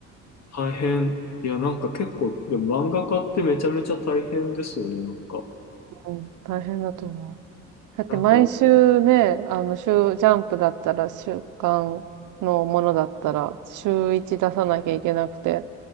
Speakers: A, on the left; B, on the right.
A: 大変。いや、なんか結構、でも漫画家ってめちゃめちゃ大変ですよね、なんか。
B: うん、大変だと思う。だって毎週ね、
A: なんか、
B: あの、週、ジャンプだったら、週刊のものだったら、週一出さなきゃいけなくて、